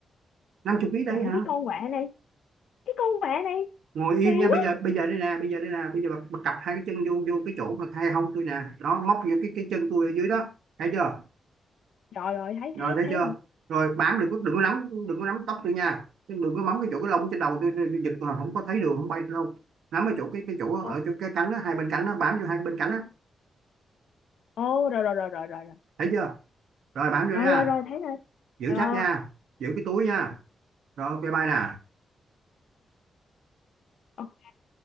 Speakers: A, on the right; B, on the left.
A: 50 ký đấy
B: Trời
A: hả?
B: cái con quạ này Cái con quạ này
A: Ngồi im
B: kỳ
A: nha, bây
B: quá
A: giờ bây giờ đây nè, bây giờ đây nè, bây giờ bà, bà cặp hai cái chân vô vô cái chỗ mà hai hông tôi nè. Đó, móc vô cái cái chân tôi ở dưới đó. Thấy chưa?
B: Rồi rồi thấy
A: Rồi
B: thấy
A: thấy
B: thấy
A: chưa?
B: rồi
A: Rồi bám được có đừng có nắm đừng có nắm tóc tôi nha. Đừng có móng cái chỗ cái lông trên đầu tôi, tôi, tôi giật mà không có thấy đường không bay được đâu. Nắm ở chỗ cái cái chỗ
B: Ok.
A: ở chỗ cái cánh đó, hai bên cánh đó, bám vô hai bên cánh đó.
B: Ồ, rồi rồi rồi rồi rồi rồi
A: Thấy chưa? Rồi bám vô
B: rồi
A: nha.
B: rồi rồi thấy rồi
A: Giữ
B: rồi
A: chắc nha. Giữ cái túi nha. Rồi ok bye nè.
B: ok